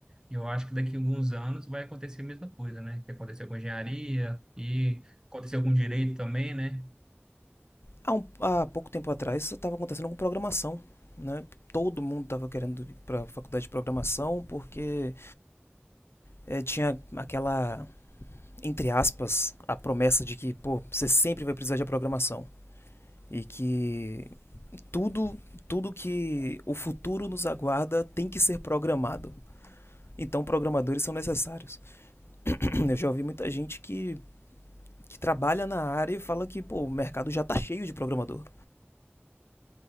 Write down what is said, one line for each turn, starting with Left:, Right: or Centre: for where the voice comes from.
Right: E eu acho que daqui a alguns anos vai acontecer a mesma coisa, né? Que aconteceu com engenharia e aconteceu com direito também, né?
Left: Há, um, há pouco tempo atrás isso estava acontecendo com programação. Né? Todo mundo estava querendo ir para a faculdade de programação porque é, tinha aquela, entre aspas, a promessa de que, pô, você sempre vai precisar de programação. E que tudo, tudo que o futuro nos aguarda tem que ser programado. Então, programadores são necessários. <clears throat> Eu já ouvi muita gente que, que trabalha na área e fala que, pô, o mercado já tá cheio de programador.